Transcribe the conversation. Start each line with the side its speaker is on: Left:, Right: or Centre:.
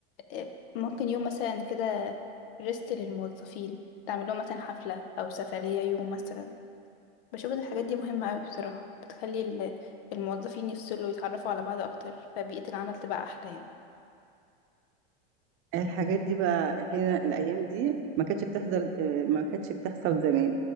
Left: آه، ممكن يوم مثلا كده ريست للموظفين تعمل لهم مثلا حفلة أو سفرية يوم مثلا بشوف إن الحاجات دي مهمة أوي بصراحة بتخلي ال- الموظفين يفصلوا ويتعرفوا على بعض أكتر فبيئة العمل تبقى أحلى يعني
Right: الحاجات دي بقى هنا الأيام دي ما كانتش بتحصل آه، ما كانتش بتحصل زمان